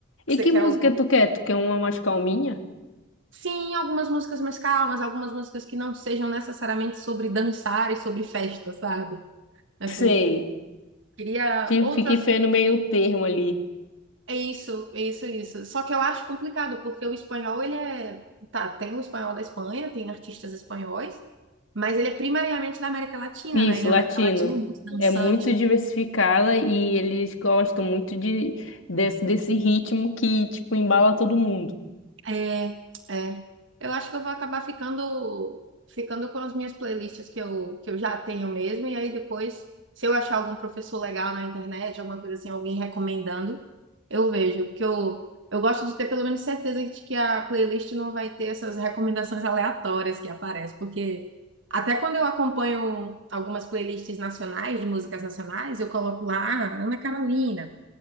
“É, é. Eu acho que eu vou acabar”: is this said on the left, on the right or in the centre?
Right